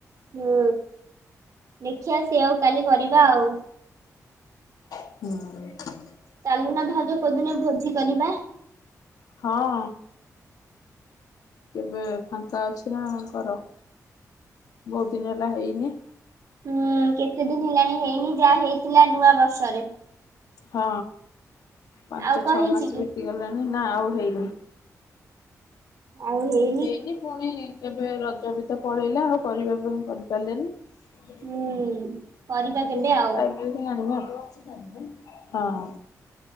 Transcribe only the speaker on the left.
ହିଁ।
ହଁ। କେବେ ଫାଙ୍କା ଅଛିନା କର ବହୁତ ଦିନ ହେଲା ହେଇନି।
ହଁ ପାଞ୍ଚ
ଛଅ
ମାସ
ବିତିଗଲାଣି ନା ଆଉ ହେଇନି।
ହେଇନି ପୁଣି କେବେ ରଜ ବିତ ପଳେଇଲା ଆଉ କରିବା ପାଇଁ କରିପାରିଲେନି। <unintelligible>
ହଁ